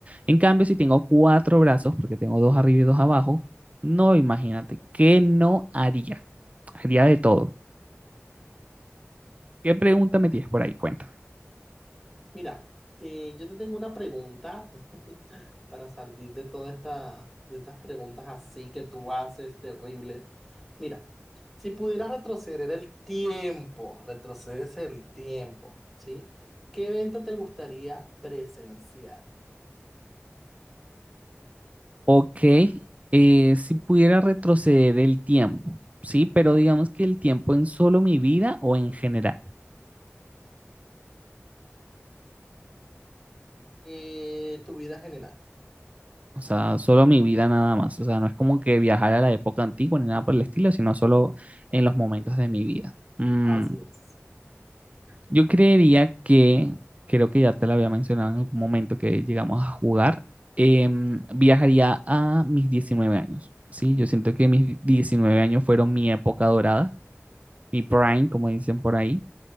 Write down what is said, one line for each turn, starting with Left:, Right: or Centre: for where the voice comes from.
Right: En cambio, si tengo cuatro brazos, porque tengo dos arriba y dos abajo, no, imagínate, ¿qué no haría? Haría de todo. ¿Qué pregunta me tienes por ahí? Cuenta.
Centre: Mira, eh, yo te tengo una pregunta <laughs> para salir de toda esta, de estas preguntas así que tú haces, terribles. Mira, si pudieras retroceder el tiempo, retrocedes el tiempo, ¿sí? ¿Qué evento te gustaría presenciar?
Right: Ok, eh, si pudiera retroceder el tiempo, ¿sí? Pero digamos que el tiempo en solo mi vida o en general.
Centre: Eh, tu vida general.
Right: O sea, solo mi vida nada más. O sea, no es como que viajar a la época antigua ni nada por el estilo, sino solo en los momentos de mi vida. Mm,
Centre: Así es.
Right: yo creería que, creo que ya te lo había mencionado en algún momento que llegamos a jugar, em, viajaría a mis 19 años. Sí, yo siento que mis 19 años fueron mi época dorada, mi prime, como dicen por ahí.